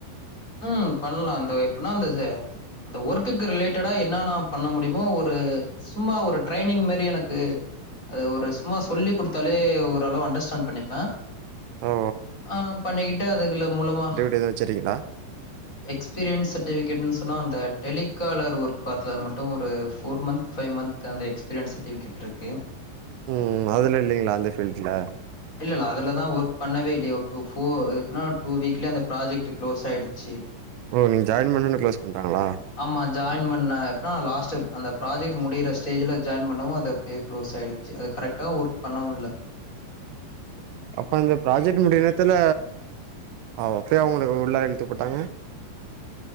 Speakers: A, on the left; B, on the right.
A: ஆ பண்லா அந்த எப்பனா அந்த ச அந்த ஒர்க்குக்கு ரிலேட்டடா என்னான்ன பண்ண முடியுமோ ஒரு சும்மா ஒரு ட்ரைனிங் மாறி எனக்கு அது ஒரு சும்மா சொல்லி குடுத்தாலே ஓரளவு அண்டர்ஸ்டாண்ட் பண்ணிப்பேன்
B: ஓ
A: ஆ பண்ணிகிட்டே அதுகுல மூலமா
B: இது வெச்சுரிங்களா
A: எக்ஸ்பீரியன்ஸ் சர்டிஃபிகட்ன்னு சொன்னா அந்த டெலிகாலர் ஒர்க் பாத்தது மட்டும் ஒரு ஃபோர் மந்த் ஃபைவ் மந்த் து அந்த எக்ஸ்பீரியன்ஸ் சர்டிஃபிகட் இருக்கு
B: ம் அதுல இல்லங்களா அந்த பீல்ட்ல
A: இல்லல்ல அதுலதான் ஒர்க பண்ணவே இல்லைய ஒரு டூ ஃபோர் எப்டினா ஒரு டூ வீக்லயே அந்த ப்ராஜெக்ட் ட்டு க்ளோஸ் ஆயுடுச்சு
B: ஓ நீங்க ஜாயின் பண்ணொனே க்ளோஸ் பண்ட்டாங்களா
A: ஆமா ஜாயின் பண்ண எப்ன்னா அந்த லாஸ்ட்டு அந்த ப்ராஜெக்ட் முடிற ஸ்டேஜில ஜாயின் பண்ணவும் அத பே க்ளோஸ் ஆயிடுச்சு அது கரெக்டா ஒர்க் பண்ணவுல்ல
B: அப்ப அந்த ப்ராஜெக்ட் முடிய நேரத்துல அப்பயா ஒங்கள உள்ளார இழுத்து போட்டாங்க